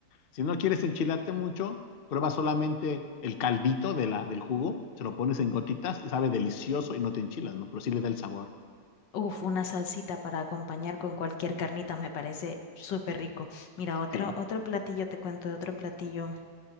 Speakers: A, on the left; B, on the left.
A: Si no quieres enchilarte mucho, prueba solamente el caldito de la, del jugo, se lo pones en gotitas y sabe delicioso y no te enchilas, ¿no? Pero sí le da el sabor.
B: Uf, una salsita para acompañar con cualquier carnita me parece súper rico. Mira, otro,
A: Sí.
B: otro platillo, te cuento de otro platillo.